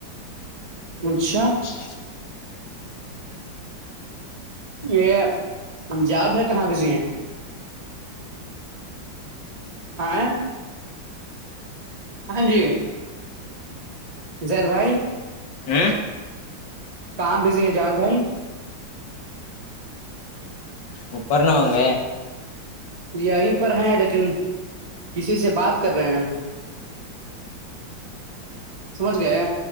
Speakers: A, on the right; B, on the left.
A: اچھا
B: ا
A: یہ ہمجاد میں کہاں بزی ہیں آائے ہاں جی ہجید بھائی
B: ا
A: کہاں بزی ہے جاد بھائی
B: ا پرنا ہو گ
A: یہیں پر ہیں لیکن کسی سے بات کر رہے ہیں سمجھ گئے